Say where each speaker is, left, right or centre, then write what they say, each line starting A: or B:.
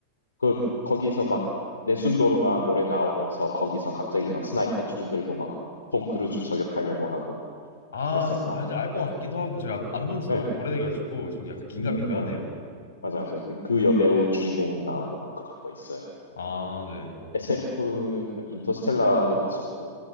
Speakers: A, on the left; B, on the left.
A: 그 거기서 막 내순도르마 노래 나오면서 거기서 갑자기 막 스나이퍼 총 들고 막 톰 크루즈 저격하려고 하고
B: 아,
A: 그랬었나?
B: 이제 알 것
A: 네
B: 같기도 하고 제가 안 본 지
A: 네
B: 너무 오래돼가지고 지금 약간 긴가민가하네요.
A: 음, 네 맞아, 맞아. 근데 그 여배우 주인공으로 나오고 막 그런 거 있어요.
B: 아, 네.
A: SF는 인터스텔라도 봤었고